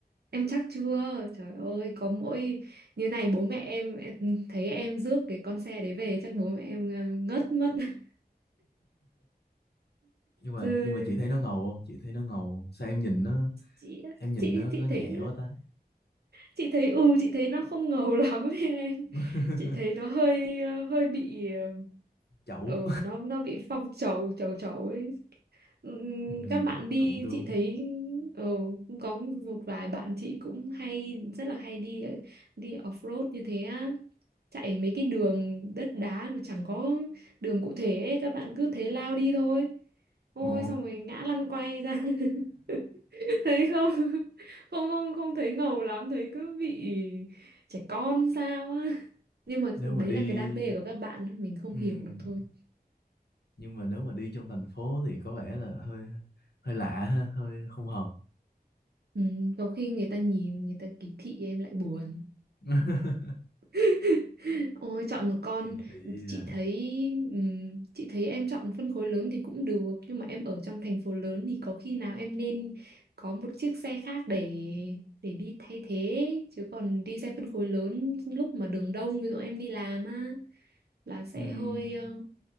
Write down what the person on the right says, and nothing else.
Em chắc chưa Trời ơi có mỗi như này bố mẹ em, em Thấy em rước cái con xe đấy về Chắc bố mẹ em ờ, ngất mất <laughs>
Trời
chị á,
chị
chị
thấy
chị thấy ừ chị thấy nó không ngầu <laughs> lắm ấy em
chị thấy nó hơi ờ, hơi bị ờ,
ừ nó nó bị phong trầu trầu trầu ấy Ừm,
các bạn đi
chị thấy ờ, cũng có một vài bạn chị cũng hay rất là hay đi đi off-road như thế á chạy mấy cái đường đất đá mà chẳng có đường cụ thể ấy. Các bạn cứ thế lao đi thôi ôi
xong rồi ngã lăn quay ra <laughs> thấy không không không không thấy ngầu lắm thấy cứ bị trẻ con sao á nhưng mà
đấy
là cái đam mê của các bạn mình không hiểu
được thôi
ừ, có khi người ta nhìn người ta kỳ thị em lại buồn
<laughs> Ôi chọn một con
chị
thấy ừm, chị thấy em chọn phân khối lớn thì cũng được nhưng mà em ở trong thành phố lớn thì có khi nào em nên có một chiếc xe khác để để đi thay thế chứ còn đi xe phân khối lớn lúc mà đường đông ví dụ em đi làm á là sẽ
hơi ờ,